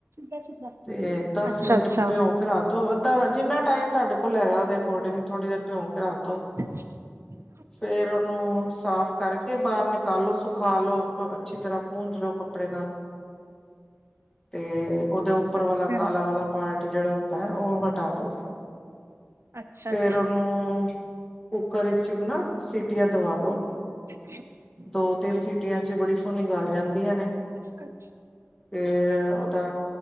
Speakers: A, on the right (about 70°); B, on the left (about 15°).
A: <inaudible>
B: ਤੇ ਦਸ
A: ਅੱਛਾ
B: ਮਿੰਟ
A: ਅੱਛਾ
B: ਭਿਂੳ ਕੇ ਰੱਖ ਦੋ, ਅਧਾ ਜਿੰਨਾ ਟਾਈਮ ਤੁਹਾਡੇ ਕੋਲ ਹੈਗਾ ੳਦੇ ਅਕੋਰਡਿੰਗ ਥੋੜ੍ਹੀ ਦੇਰ ਭਿਉਂ ਕੇ ਰੱਖ ਦੋ।
A: <inaudible>
B: ਫੇਰ ੳਨੂੰ ਸਾਫ਼ ਕਰਕੇ ਬਾਹਰ ਨਿਕਾਲੋ, ਸੁਖਾ ਲੋੋ, ਅੱਛੀ ਤਰ੍ਹਾਂ ਪੂੰਜ ਲੋੋ ਕੱਪੜੇ ਨਾਲ ਤੇ ੳਦੇ ਉਪਰ
A: ਹਾਂਜੀ
B: ਵਾਲਾ ਕਾਲਾ ਵਾਲਾ ਪਾਰਟ ਜੇਹੜਾ ਹੁੰਦਾ ਹੈ ੳਹ ਹਟਾ ਦੋ।
A: ਹਾਂਜੀ
B: ਫੇਰ
A: ਅੱਛਾ ਠੀਕ
B: ੳਨੂੰ
A: ਹੈ
B: ਕੁੱਕਰ ਵਿੱਚ ਨਾ ਸੀਟੀਆਂ ਦਵਾ ਲੋ
A: <inaudible>
B: ਦੋ- ਤਿੰਨ ਸੀਟੀਆਂ ਚ ਹੀ ਬੜੀ ਸੋਨੀ ਗੱਲ ਜਾਂਦੀਆਂ ਨੇ।
A: ਅੱਛ <unintelligible>
B: ਫੇਰ ਓਦਾ